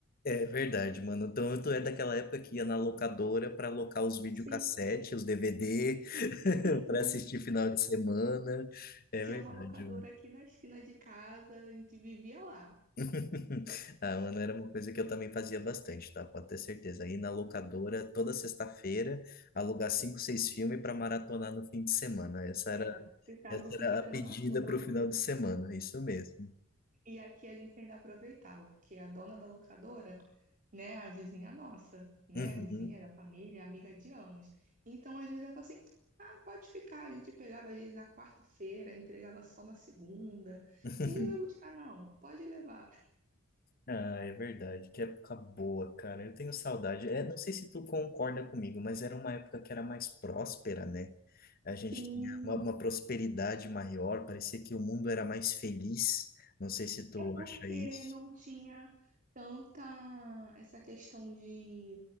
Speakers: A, on the left (about 45°); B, on the right (about 40°).
A: É verdade, mano. Então, tu é daquela época que ia na locadora para alocar os videocassete,
B: Sim,
A: os DVD, <laughs>
B: sim.
A: para assistir final de semana. É
B: Tinha
A: verdade.
B: uma locadora
A: mano.
B: aqui na esquina de casa, a gente vivia lá.
A: <laughs> Ah, mano, era uma coisa que eu também fazia bastante, tá? Pode ter certeza. Ir na locadora toda sexta-feira, alugar cinco, seis filmes para maratonar no fim de semana. Essa era,
B: É, ficava
A: essa
B: o fim
A: era
B: de semana
A: a pedida
B: todo.
A: para o final de semana, isso mesmo.
B: E aqui a gente ainda aproveitava, porque a dona da locadora né? A vizinha nossa, né?
A: Uhum.
B: A vizinha da família, amiga de anos. Então, às vezes, ela fala assim, ah, pode ficar. A gente pegava, às vezes, na quarta-feira, entregava só na segunda.
A: <laughs>
B: Ninguém vai buscar, não. Pode levar.
A: Ah, é verdade, que época boa, cara. Eu tenho saudade. É, não sei se tu concorda comigo, mas era uma época que era mais próspera, né? A gente
B: Sim,
A: tinha uma, uma prosperidade maior, parecia que o mundo era mais feliz. Não sei se tu
B: é porque
A: acha isso.
B: não tinha tanta essa questão de,